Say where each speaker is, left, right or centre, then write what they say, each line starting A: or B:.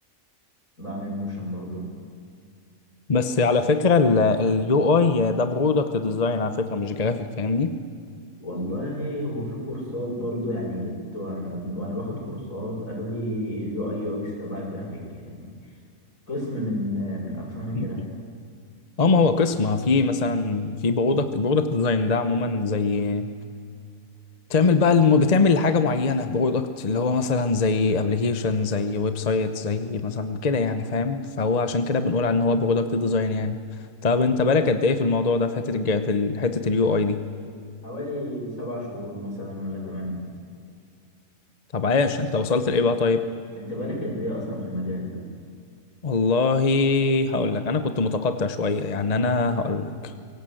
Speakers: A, on the left; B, on the left.
A: بعمل موشن برضه
B: بس على فكرة اليو اي ده برودكت ديزاين على فكرة مش جرافيك فاهمني
A: والله هو في كورسات برضه يعني جيت واحنا بن... وانا باخد كورسات قالوا لي اليو اي يو اكس تبع الجرافيك يعني قسم من آه، من اقسام الجرافيك
B: مم. اه ما هو قسم في مثلا في برودكت برودكت ديزاين ده عموما زي بتعمل بقى الم... بتعمل حاجة معينة برودكت اللي هو مثلا زي ابلكيشن زي ويب سايت زي مثلا كده يعني فاهم فهو عشان كده بنقول على ان هو برودكت ديزاين يعني طب انت بالك قد ايه في الموضوع ده في حتة الج... في حتة اليو اي دي
A: حوالي سبع شهور مثلا ولا ثمانية
B: طب عايش انت وصلت لايه بقى طيب
A: انت بالك قد ايه اصلا في المجال ده؟
B: والله هقول لك انا كنت متقطع شويه يعني انا هقول لك